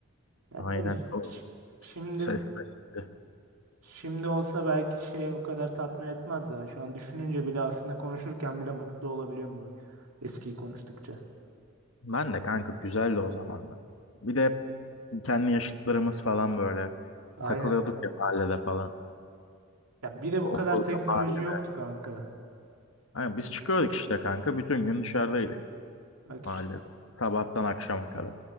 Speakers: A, on the right; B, on the left.
A: Ya
B: Aynen
A: tabii şi-
B: o
A: şi- şimdi
B: ses meselesi.
A: şimdi olsa belki şey o kadar tatmin etmez de. Şu an düşününce bile aslında konuşurken bile mutlu olabiliyorum bu eskiyi konuştukça.
B: Ben de kanka güzeldi o zamanlar. Bir de hep kendi yaşıtlarımız falan böyle
A: Aynen.
B: takılıyorduk ya mahallede falan.
A: Ya bir de bu kadar
B: Okulda,
A: teknoloji
B: mahallede.
A: yoktu kanka.
B: Yani biz çıkıyorduk işte kanka. Bütün gün dışarıdaydık.
A: Bak işte.
B: mahallede. Sabahtan akşama kadar.